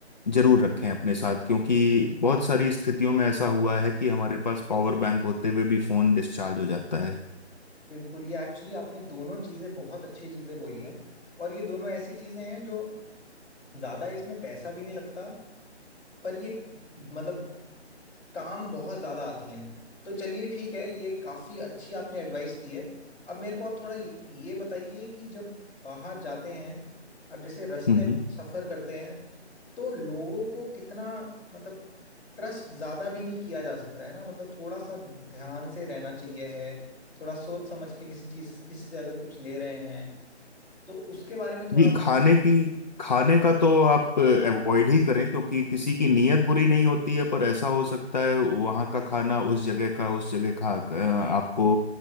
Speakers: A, on the left (about 40°); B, in the centre.
A: जरूर रखें अपने साथ क्योंकि बहुत सारी स्थितियों में ऐसा हुआ है कि हमारे पास पावर बैंक होते हुए भी फ़ोन डिस्चार्ज हो जाता
B: बिल्कुल ये एक्चुअली आपने दोनों चीज़ें बहुत अच्छी चीज़ें बोली हैं और ये दोनों ऐसी चीज़ें हैं जो ज़्यादा इसमें पैसा भी नहीं लगता पर ये मतलब काम बहुत ज्यादा आती हैं तो चलिए ठीक है ये काफी अच्छी आपने एडवाइस दी है अब मेरे को आप थोड़ा ये ये बताइए कि जब बाहर जाते हैं अब जैसे रास्ते
A: है
B: में सफर करते हैं तो लोगों को कितना मतलब ट्रस्ट ज्यादा भी नहीं किया जा सकता है ना मतलब थोड़ा सा ध्यान से रहना चाहिए है थोड़ा सोच समझ के किसी चीज किसी से अगर कुछ ले रहे हैं तो उसके बारे में थोड़ा
A: जी
B: बताइए
A: खाने की खाने का तो आप अवॉइड ही करें क्योंकि किसी की नीयत बुरी नहीं होती है पर ऐसा हो सकता है वहाँ का खाना उस जगह का उस जगह खा अ, आपको